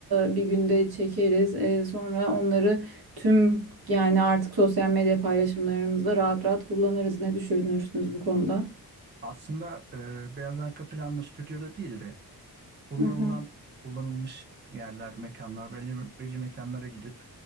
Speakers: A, on the right; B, on the right.
A: e, bir günde çekeriz. E, Sonra onları tüm yani artık sosyal medya paylaşımlarımızda rahat rahat kullanırız. Ne düşünürsünüz bu konuda?
B: aslında e, beyaz arka planlı stüdyoda değil de kullanılan
A: Hı hı.
B: kullanılmış yerler, mekanlar, belli, belli mekanlara gidip